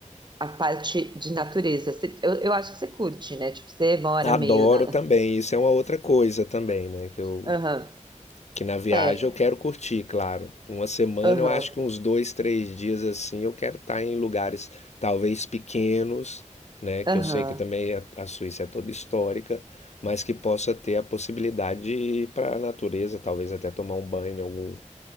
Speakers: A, on the right; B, on the left.
A: a parte de natureza. Você- Eu, eu acho que você curte, né? Tipo, você mora
B: Adoro
A: meio na.
B: também, isso é uma outra coisa também, né? Que eu,
A: Aham.
B: que na viagem
A: É.
B: eu quero curtir, claro. Uma semana
A: Aham.
B: eu acho que uns dois, três dias assim eu quero estar em lugares talvez pequenos, né? Que
A: Aham.
B: eu sei que também a, a Suíça é toda histórica, mas que possa ter a possibilidade de ir para a natureza, talvez até tomar um banho em algum